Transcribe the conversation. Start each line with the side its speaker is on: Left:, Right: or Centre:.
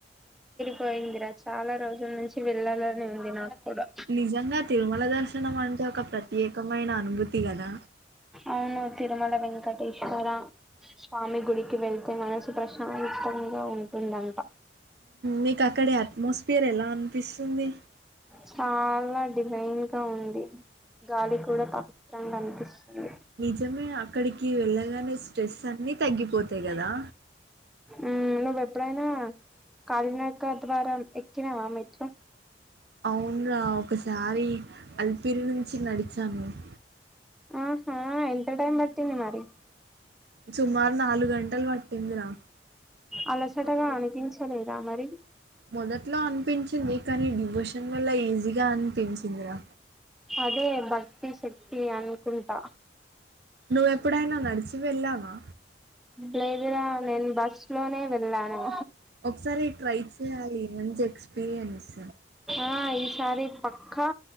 Centre: పోయిందిరా చాలా రోజుల నుంచి వెళ్ళాలని ఉంది నాకు కూడా
Right: నిజంగా తిరుమల దర్శనం అంట్ టె ఒక ప్రత్యేకమైన అను కదా.
Centre: అవును తిరుమల వెంకటేశ్వర స్వామి గుడికి వెళ్తే మనసు ప్రశాంతంగా ఉంటుందంట.
Right: మీకు అక్కడ అట్మాస్ఫియర్ ఎలా అనిపిస్తుంది.
Centre: చాలా డిజైన్ గా ఉంది. గాలి కూడా పా. అనిపిస్తుంది.
Right: నిజమే అక్కడికి వెళ్ళగానే స్ట్రెస్ అన్ని తగ్గిపోతాయి కదా.
Centre: ఉమ్ నువ్ ఎప్పుడైనా కాలినడక ద్వారమ్ ఎక్కినావా మెట్లు.
Right: అవ్ ఇమ్లా ఒకసారి. అల్పిరి నుంచి నడిచాను. నేన్
Centre: ఆహా ఎంత టైమ్ పట్టింది మరి.
Right: సుమారు నాలుగు గంటలు పట్టిందిరా.
Centre: అలసటగా అనిపించలేదా మరి.
Right: మొదట్లో అనిపించింది కానీ డివోషన్ వల్ల ఈజీగా అనిపించిందిరా.
Centre: అదే భక్తి శక్తి అనుకుంటా.
Right: నువ్వెప్పుడైనా నడిచి వెళ్ళావా.
Centre: లేదురా నేను బస్ లోనే వెళ్ళాను.
Right: ఒకసారి ట్రై చేయాలి మంచి ఎక్స్పీరియన్స్.
Centre: ఆ ఈసారి పక్కా